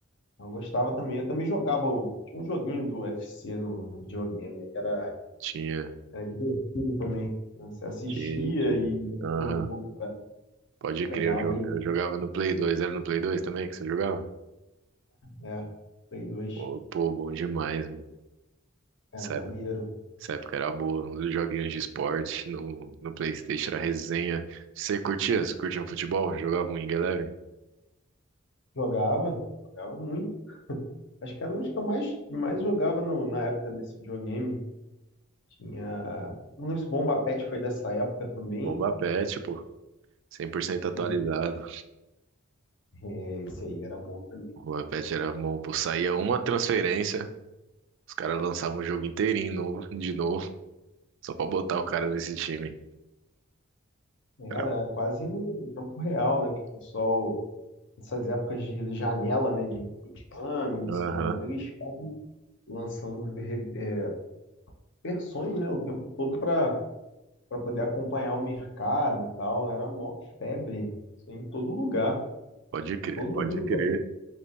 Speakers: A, on the left; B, on the right.
A: Eu gostava também, eu também jogava o- tinha um joguinho do UFC no, no videogame, era,
B: Tinha.
A: era divertido também. Você assistia
B: Tinha, tinha.
A: e metia
B: Aham.
A: o jogo
B: Pode
A: pra
B: crer,
A: ir dar
B: eu
A: uma
B: jo-
A: brincada.
B: eu jogava no Play 2. Era no Play 2 também que você jogava?
A: É, é, Play 2.
B: Pô, pô, bom demais, mano.
A: Era
B: Essa
A: maneiro.
B: época, essa época era boa. Os joguinhos de esporte no, no PlayStation era resenha. Você curtia? Você curtia um futebol? Jogava um Wing Eleven?
A: Jogava, jogava muito. Acho que era um dos que eu mais, mais jogava no- na época desse videogame. Tinha. Não lembro se o Bomba Pet foi dessa época também.
B: Bomba Pet, pô. cem por cento
A: Acredito.
B: atualizado.
A: É, isso aí era bom também.
B: O Bomba Pet era bom, pô. Saía uma transferência, os caras lançavam o jogo inteirinho novo, de novo, só pra botar o cara nesse time.
A: Era
B: Era...
A: quase no tempo real, né? Que o pessoal, nessas épocas de janela, né? De início de ano, início
B: Aham.
A: de ano, eles ficam lançando re- é, versões, né? O tempo todo para para poder acompanhar o mercado e tal. Era mó febre. Isso aí em todo lugar.
B: Pode crer,
A: Todo
B: pode
A: mundo.
B: crer.